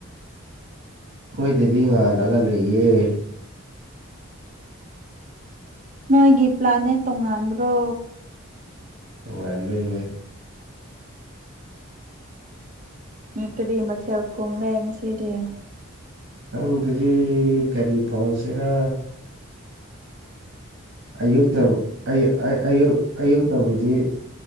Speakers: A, on the right (about 60°); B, on the right (about 35°).
A: ꯑꯈꯣꯏꯗꯗꯤ ꯉꯥꯜꯂꯒ ꯂꯩꯌꯦ
B: ꯅꯣꯏꯒꯤ ꯄ꯭ꯂꯥꯅꯦꯠ ꯇꯣꯉꯥꯟꯕ꯭ꯔꯣ
A: ꯇꯣꯉꯥꯟꯕꯩꯅꯦ
B: ꯅꯣꯢ ꯀꯔꯤ ꯃꯊꯦꯜ ꯊꯣꯡ ꯂꯦ ꯉꯁꯤꯗꯤ
A: ꯈꯪꯗꯔꯤ ꯀꯔꯤ ꯊꯣꯡꯁꯤꯔ ꯑꯌꯨꯛꯇ ꯑꯩ ꯑꯩꯌꯨꯛ ꯑꯌꯨꯛꯇꯕꯨꯗꯤ